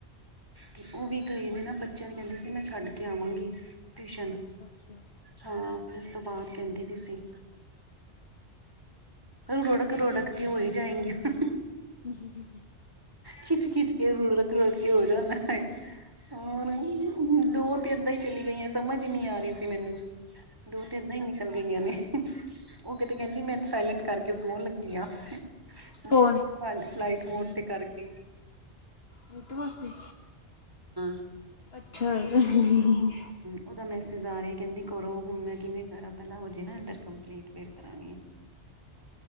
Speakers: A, on the right (about 20°); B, on the left (about 60°).
A: ਤੇ ਉਹ ਵੀ ਗਏ ਨੇ ਨਾ ਬੱਚਿਆਂ ਨੂੰ ਕਹਿੰਦੇ ਸੀ ਮੈਂ ਛੱਡ ਕੇ ਆਵਾਂਗੀ। ਟਿਊਸ਼ਨ।
B: ਅੱਛਾ ਅੱਛਾ
A: ਹਾਂ ਫਿਰ ਉਸ ਤੋਂ ਬਾਅਦ ਕਹਿੰਦੀ ਵੀ ਸੀ। ਰੌੜਕ ਰੌੜਕ ਤੇ ਹੋ ਹੀ ਜਾਏਗੀਆਂ।
B: ਹੂੰ
A: ਖਿੱਚ-ਖਿੱਚ ਕੇ ਰੁੜਕ ਰੁੜ ਕੇ ਹੋ ਜਾਂਦਾ ਹੈ ਹੋਰ। ਦੋ ਤੇ ਏਦਾਂ ਹੀ ਚਲੀ ਗਈਆਂ ਸਮਝ ਹੀ ਨਹੀਂ ਆ ਰਹੀ ਸੀ ਮੈਨੂੰ, ਦੋ ਤੇ ਏਦਾਂ ਹੀ ਚਲ ਗਈਆਂ ਨੇ। ਉਹ ਕਿਤੇ ਕਹਿੰਦੀ ਮੈਂ ਸਾਇਲੈਂਟ ਕਰਕੇ ਸੋਣ ਲੱਗੀ ਆ। ਹੂੰ
B: ਕੌਣ?
A: ਫਲਾਈਟ ਮੋਡ ਤੇ ਕਰਕੇ।
B: ਨੀਤੂ ਮਾਸੀ।
A: <inaudible>
B: ਅੱਛਾ ਏ ਨਾ।
A: ਉਹਦਾ ਮੈਸੇਜ ਆ ਰਿਹਾ ਕਹਿੰਦੀ ਕਰੋ ਹੁਣ ਮੈਂ ਕਿਵੇਂ ਕਰਾਂ ਪਹਿਲਾਂ ਹੋ ਜੇ ਨਾ ਇੱਧਰ ਕੰਪਲੀਟ ਫਿਰ। ਕਰਾਂਗੇ